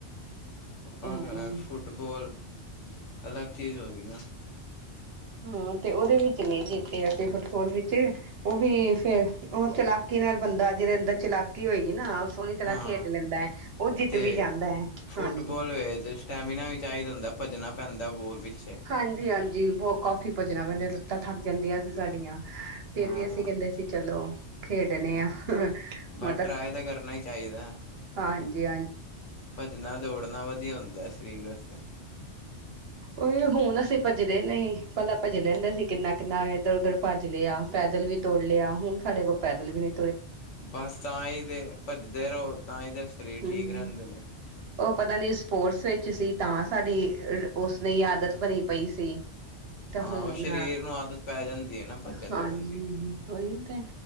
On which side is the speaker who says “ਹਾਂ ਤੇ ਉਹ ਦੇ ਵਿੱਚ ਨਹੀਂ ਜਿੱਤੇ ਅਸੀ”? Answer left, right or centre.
Right